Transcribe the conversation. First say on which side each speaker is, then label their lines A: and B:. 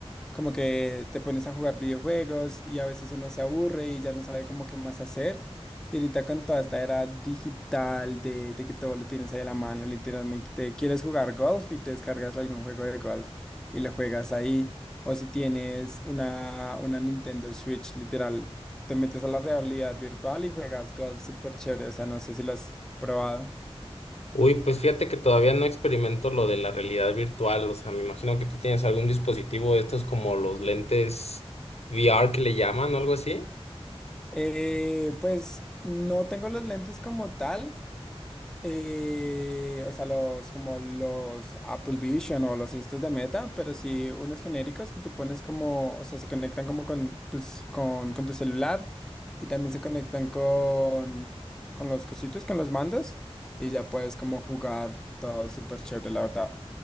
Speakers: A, in the centre; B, on the left.
A: como que te pones a jugar videojuegos y a veces uno se aburre y ya no sabe como qué más hacer. Y ahorita con toda esta era digital de, de que todo lo tienes ahí a la mano, literalmente quieres jugar golf y te descargas algún juego de golf y lo juegas ahí. O si tienes una, una Nintendo Switch, literal, te metes a la realidad virtual y juegas golf súper chévere. O sea, no sé si lo has probado.
B: Uy, pues fíjate que todavía no experimento lo de la realidad virtual, o sea, me imagino que tú tienes algún dispositivo de estos como los lentes VR que le llaman o algo así.
A: Eh, pues no tengo los lentes como tal. Eh, o sea, los como los Apple Vision o los estos de Meta, pero sí unos genéricos que tú pones como, o sea, se conectan como con tus, con, con tu celular y también se conectan con, con los cositos, con los mandos y ya puedes como jugar todo súper chévere, la verdad.